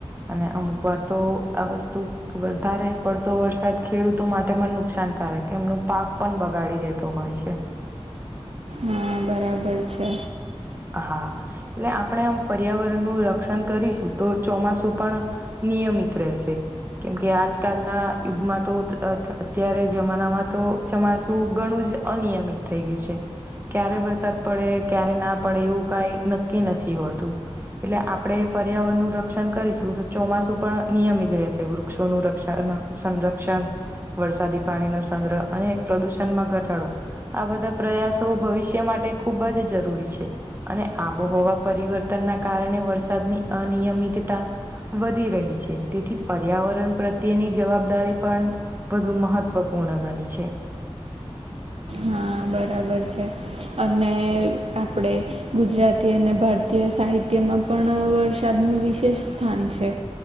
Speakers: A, on the right; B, on the right.
A: અને અમુક વાર તો આ વસ્તુ વધારે પડતો વરસાદ ખેડૂતો માટે પણ નુકશાનકારક એમનો પાક પણ બગાડી દેતો. તો હોય છે.
B: હા બરાબર છે.
A: હા એટલે આપણે આમ પર્યાવરણનું રક્ષણ કરીશું તો ચોમાસું પણ. નિયમિત રહેશે. કેમ કે આજકાલના યુગમાં તો અત્યારે જમાનામાં તો. ચોમાસું ઘણું જ અનિયમિત થઈ ગયું છે. ક્યારે વરસાદ પડે ક્યારે ના. પણ એવું કાઈ નક્કી નથી હોતું. એટલે આપણે પર્યાવરણનું રક્ષણ કરીશું તો ચોમાસું પણ નિયમિત રહેશે વૃક્ષોનું રક્ષણ. સંરક્ષણ, વરસાદી પાણીનો સંગ્રહ, અને પ્રદુષણમાં ઘટાડો. આ બધા પ્રયાસો ભવિષ્ય માટે ખૂબ જ જરૂરી છે. અને આબોહવા પરિવર્તનના કારણે વરસાદની અનિયમિતતા. વધી રહી છે. તેથી, પર્યાવરણ પ્રત્યેની જવાબદારી પણ. વધુ મહત્વપૂર્ણ બની છે.
B: હા બરાબર છે અને આપણે. ગુજરાતી અને ભારતીય સાહિત્યમાં પણ વરસાદનું વિશેષ સ્થાન છે.